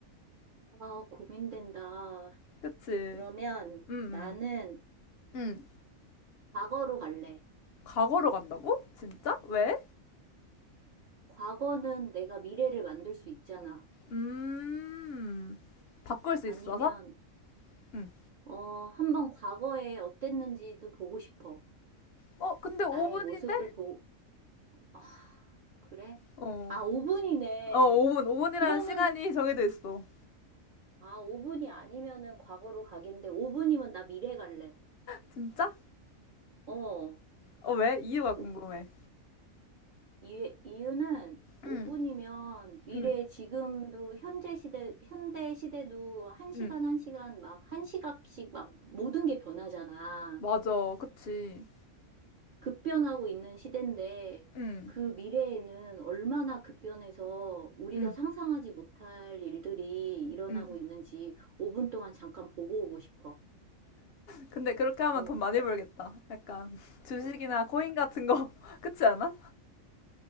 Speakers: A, on the right (about 50°); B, on the left (about 60°).
A: 아, 고민된다.
B: 그치.
A: 그러면
B: 음, 음.
A: 나는
B: 음.
A: 과거로 갈래.
B: 과거로 간다고? 진짜? 왜?
A: 과거는 내가 미래를 만들 수 있잖아.
B: 음. 바꿀 수
A: 아니면,
B: 있어서? 응.
A: 어, 한번 과거에 어땠는지도 보고 싶어.
B: 어, 근데 5분인데?
A: 나의 모습을 보, 아, 그래?
B: 어.
A: 아, 5분이네.
B: 어, 5분. 5분이라는
A: 그러면
B: 시간이 정해져 있어.
A: 아, 5분이 아니면은 과거로 가겠는데, 5분이면 나 미래 갈래.
B: 진짜?
A: 어.
B: 어, 왜? 이유가 궁금해.
A: 오- 이, 이유는
B: 응,
A: 5분이면 미래
B: 응,
A: 지금도 현재 시대, 현대 시대도 한시간한시간
B: 응.
A: 막, 한시각씩막 모든 게 변하잖아.
B: 맞아. 그치.
A: 급변하고 있는 시대인데,
B: 응,
A: 그 미래에는 얼마나 급변해서 우리가
B: 응,
A: 상상하지 못할 일들이 일어나고
B: 응.
A: 있는지 5분 동안 잠깐 보고 오고 싶어.
B: 근데 그렇게 하면
A: 어.
B: 돈 많이 벌겠다. 약간 <laughs> 주식이나 코인 같은 거. <laughs> 그치 않아?